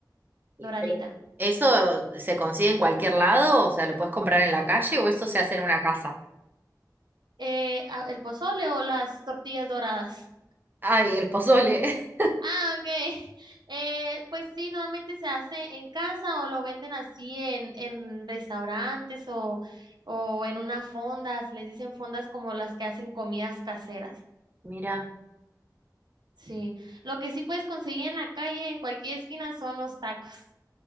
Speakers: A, on the right (about 25°); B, on the right (about 85°).
A: Sí,
B: doradita.
A: Pero ¿eso se consigue en cualquier lado? O sea, ¿lo puedes comprar en la calle o eso se hace en una casa?
B: Eh, a- el pozole o las tortillas doradas.
A: Ay, el pozole. <laughs>
B: Ah, ok. <laughs> Eh, pues sí, normalmente se hace en casa o lo venden así en, en restaurantes o, o en unas fondas, les dicen fondas como las que hacen comidas caseras.
A: Mira.
B: Sí, lo que sí puedes conseguir en la calle, en cualquier esquina, son los tacos.